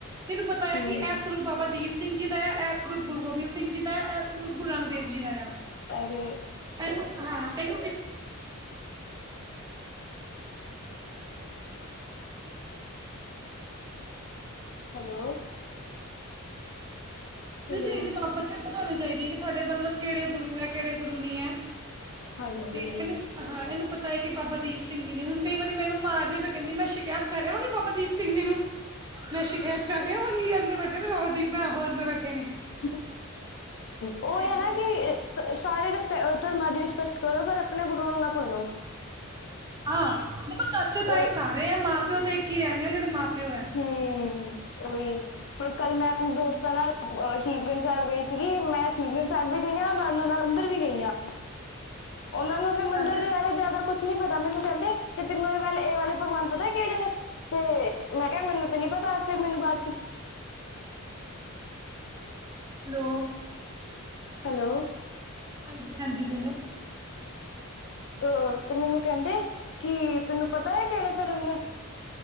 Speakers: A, on the right; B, on the left.
A: ਤੈਨੂੰ ਪਤਾ। ਆ
B: ਹਮ
A: ਇਹ ਸਰੂਪ ਬਾਬਾ ਦੀਪ ਸਿੰਘ ਜੀ ਦਾ ਹੈ, ਇਹ ਸਰੂਪ ਗੁਰੂ ਗੋਬਿੰਦ ਸਿੰਘ ਜੀ ਦਾ ਹੈ। ਗੁਰੂ ਨਾਨਕ ਦੇਵ ਜੀ ਦੀਆ
B: ਅਰੇ
A: ਐਨੂੰ ਹਾਂ ਇਹਨੂੰ
B: ਹੈਲੋ, ਹੈਲੋ
A: ਚਾਹੀਦੀ ਬਪ ਚ ਬੱਚਿਆਂ ਨੂੰ ਪਤਾ ਹੋਣਾ ਚਾਹੀਦੀ ਹੈ, ਕਿ ਸਾਡੇ ਮਤਲਬ ਕਿਹੜੇ ਗੁਰੂ ਹੈ ਕਿਹੜੇ ਗੁਰੂ ਨੀ ਹੈ।
B: ਹਾਂਜੀ
A: ਤੇ ਇਹਨੂੰ ਹਾਂ ਇਹਨੂੰ ਪਤਾ ਹੈ, ਕਿ ਬਾਬਾ ਦੀਪ ਸਿੰਘ ਜੀ ਨੇ ਹੁਣ ਕਈ ਵਾਰੀ ਮੈਨੂੰ ਮਾਰਦੇ ਫਿਰ ਕਹਿੰਦੀ ਮੈਂ ਸ਼ਿਕਾਇਤ ਕਰ ਅਵਾਗੀ, ਬਾਬਾ ਦੀਪ ਸਿੰਘ ਜੀ ਨੂੰ ਮੈਂ ਸ਼ਿਕਾਇਤ ਕਰ ਅਵਾਗੀ, ਅੰਦਰ ਬੈਠੇ ਨੇ ਬਾਬਾ ਦੀਪ ਮੈਂ ਆਹੋ ਅੰਦਰ ਬੈਠੇ ਨੇ,
B: ਹੂੰ, ਉਹ ਹੈ,
A: ਏਦਾਂ
B: ਨਾ
A: ਏਦਾਂ
B: ਕਿ
A: ਕਰਦੇ
B: ਤ ਸਾਰੇ ਰਿਸਪੈ ਧਰਮਾਂ ਦੀ ਰਿਸਪੈਕਟ ਕਰੋ, ਪਰ ਆਪਣੇ ਗੁਰੂਆਂ ਨੂੰ ਨਾ ਭੁੱਲੋ
A: ਹਾਂ ਦੇਖੋ, ਚਾਚੇ ਤਾਏ
B: ਓਏ
A: ਸਾਰੇ ਆ ਮਾਂ ਪਿਓ ਤੇ ਇੱਕ ਹੀ ਰਹਿੰਦੇ ਹੈ, ਜਿਹੜੇ ਮਾਂ ਪਿਓ ਹੈ।
B: ਹੂੰ ਹੀ, ਹੁਣ ਕੱਲ ਮੈਂ ਆਪਣੇ ਦੋਸਤਾਂ ਨਾਲ ਸ਼ਹੀਦਗੰਜ ਸਾਹਿਬ ਗਈ ਸੀਗੀ, ਮੈਂ ਸ਼ਹੀਦਗੰਜ ਸਾਹਿਬ ਵੀ ਗਈਆਂ ਨਾਨ-ਨਾਲ ਅੰਦਰ ਵੀ ਗਈਆਂ। ਉਹਨਾਂ ਨੂੰ ਆਪਣੇ ਮੰਦਿਰ
A: ਹੈਲੋ
B: ਦੇ ਬਾਰੇ ਜ਼ਿਆਦਾ ਕੁਛ ਕੁਛ ਨੀ ਪਤਾ ਮੈਨੂੰ ਕਹਿੰਦੇ ਕਿ, ਤੈਨੂੰ ਇਹ ਵਾਲੇ ਇਹ ਵਾਲੇ ਭਗਵਾਨ ਪਤਾ ਕਿਹੜੇ ਨੇ ਤੇ ਮੈਂ ਕਿਹਾ ਮੈਨੂੰ ਤੇ ਨਹੀ ਪਤਾ ਫੇਰ ਮੈਨੂੰ ਬਾਅਦ ਚ
A: ਹੈਲੋ,
B: ਹੈਲੋ,
A: ਹਾਂਜੀ, ਹਾਂਜੀ ਬੋਲੋ,
B: ਅ ਤੇ ਮੈਨੂੰ ਕਹਿੰਦੇ ਕਿ ਤੈਨੂੰ ਪਤਾ ਹੈ ਕਿਹੜੇ ਧਰਮ ਨੇ,